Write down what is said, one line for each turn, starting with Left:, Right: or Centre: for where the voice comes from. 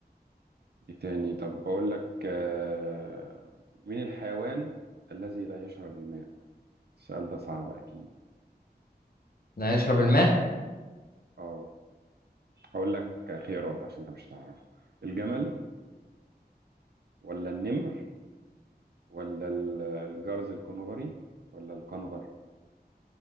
Right: ايه تاني طب بقول لك آه مين الحيوان الذي لا يشرب الماء السؤال ده صعب اكيد
Left: لا يشرب الماء
Right: اه هقول لك خيارات عشان انت مش هتعرف الجمل ولا النمر ولا ال- الجرز الكنغري ولا الكنغر